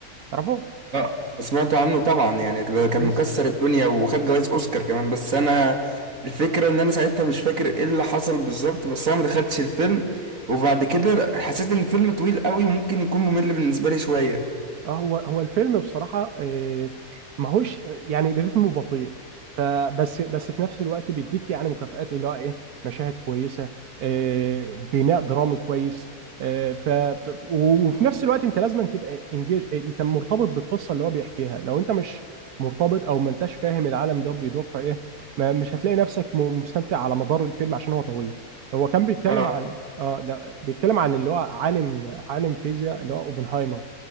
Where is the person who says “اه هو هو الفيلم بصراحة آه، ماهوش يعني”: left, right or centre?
Right